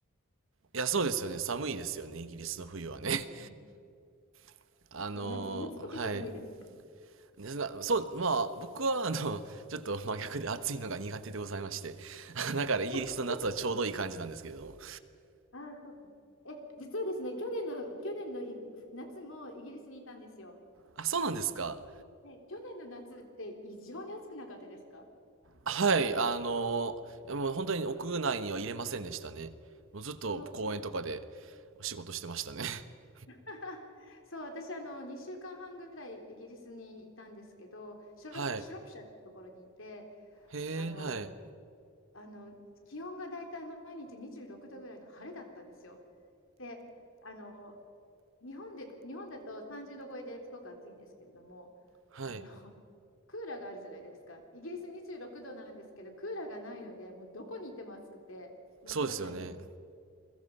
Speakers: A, on the right; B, on the left.
A: いや、そうですよね。寒いですよね。イギリスの冬はね。
B: うん。
A: <laughs> あの、
B: そう、夏、夏も結構寒いですよね。
A: はい。でなそう、まあ、僕は、あの、ちょっと真逆で暑いのが苦手でございまして。<laughs>
B: あ、
A: だから、イギリスの夏はちょうどいい感じなんですけれども。
B: そうか。あーそうか。え、実はですね、去年の、去年のい夏もイギリスにいたんですよ。
A: あ、そうなんですか。
B: で、去年の夏って異常に暑くなかったですか
A: はい、あの、いやもう本当に屋内には入れませんでしたね。もうずっと公園とかで
B: そう、
A: 仕事してましたね。<laughs>
B: <laughs> そう、私、あの、2週間半ぐらいイギリスにいたんですけど、ショロプ、
A: はい。
B: シュロプシャーってところにいて、
A: へえ、
B: あの、
A: はい。
B: あの、気温がだいたい毎日26度ぐらいの晴れだったんですよ。で、あの、日本で、日本だと30度超えですごく暑いんですけれども、
A: はい。
B: あの、<laughs> クーラーがあるじゃないですか。イギリス26度なんですけど、クーラーがないので、もうどこにいても暑くて、もうすごい大変です。
A: そうですよね。